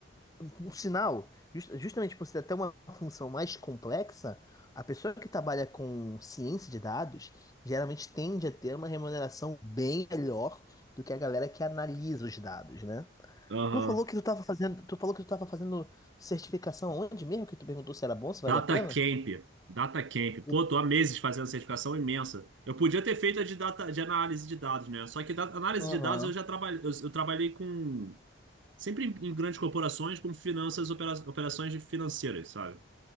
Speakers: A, on the left (about 20°); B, on the right (about 70°).
A: Por sinal, jus- justamente por ser até uma função mais complexa, a pessoa que trabalha com ciência de dados geralmente tende a ter uma remuneração bem melhor do que a galera que analisa os dados, né?
B: aham.
A: Tu falou que tu tava fazendo, tu falou que tu tava fazendo certificação onde mesmo? Que tu perguntou se era bom, se valia
B: Data
A: a pena?
B: Camp, Data Camp. Pô,
A: O-
B: tô há meses fazendo certificação imensa. Eu podia ter feito a de, data, de análise de dados, né? Só que da, análise
A: Aham,
B: de dados eu já trabalhei, eu, eu trabalhei com, sempre em, em grandes corporações, com finanças, opera, operações de financeiras, sabe?